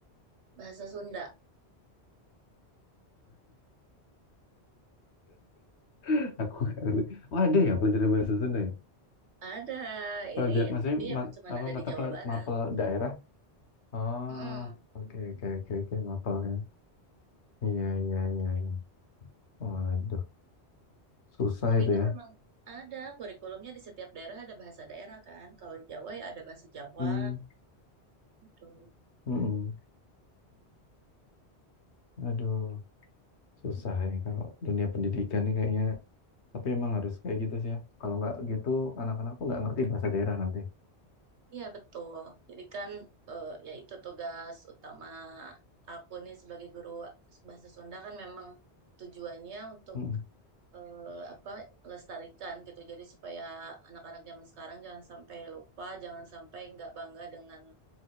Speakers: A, on the right; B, on the left.
A: bahasa Sunda
B: <laughs> Aku nggak ngerti. Oh ada ya pelajaran bahasa Sunda ya?
A: Ada,
B: Pelajaran,
A: ini
B: maksudnya
A: tapi emang
B: mat-
A: cuma
B: apa
A: ada
B: mata
A: di Jawa
B: pelaj-
A: Barat.
B: Mapel daerah. Ah,
A: Mm-mm.
B: oke oke oke oke mapelnya. Iya iya iya. iya. Waduh, susah
A: Tapi
B: itu
A: itu
B: ya.
A: memang ada kurikulumnya di setiap daerah ada bahasa daerah kan. Kalau di Jawa ya ada bahasa Jawa
B: Hmm,
A: gitu.
B: mm Aduh, susah ya kalau dunia pendidikan nih kayaknya. Tapi emang harus kayak gitu sih ya. Kalau nggak gitu, anak-anak tuh nggak ngerti bahasa daerah nanti.
A: Iya betul. Jadi kan eh, ya itu tugas utama aku nih sebagai guru bahasa Sunda kan memang tujuannya untuk
B: Hmm.
A: eh, apa lestarikan gitu. Jadi supaya anak-anak zaman sekarang jangan sampai lupa, jangan sampai nggak bangga dengan